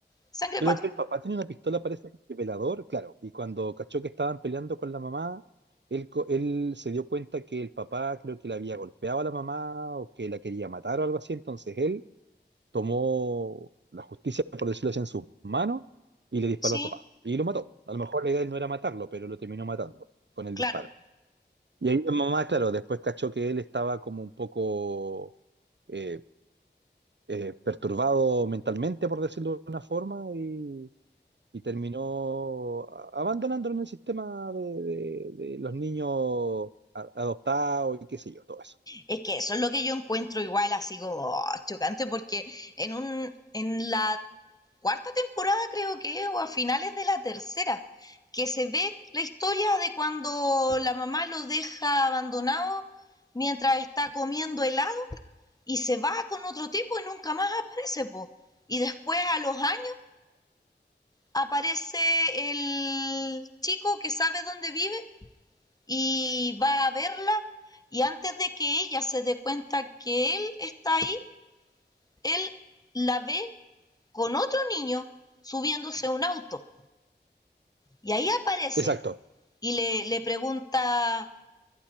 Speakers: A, on the left; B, on the right.
A: sangre
B: Creo
A: pato.
B: que el papá tenía una pistola, parece, de velador, claro. Y cuando cachó que estaban peleando con la mamá, él, co- él se dio cuenta que el papá creo que le había golpeado a la mamá o que la quería matar o algo así. Entonces él tomó la justicia, por decirlo así, en sus manos y le disparó
A: sí,
B: al papá. Y lo mató. A lo mejor la idea de él no era matarlo, pero lo terminó matando con el
A: claro.
B: disparo. Y ahí la mamá, claro, después cachó que él estaba como un poco eh, eh, perturbado mentalmente, por decirlo de una forma, y y terminó a- abandonándolo en el sistema de, de- de los niños a- adoptados y qué sé yo, todo eso.
A: Es que eso es lo que yo encuentro igual así como oh, chocante porque en un en la cuarta temporada creo que es, o a finales de la tercera, que se ve la historia de cuando la mamá lo deja abandonado mientras está comiendo helado y se va con otro tipo y nunca más aparece, po. Y después a los años aparece el chico que sabe dónde vive y va a verla y antes de que ella se dé cuenta que él está ahí, él la ve con otro niño subiéndose a un auto y ahí aparece
B: Exacto,
A: y le, le pregunta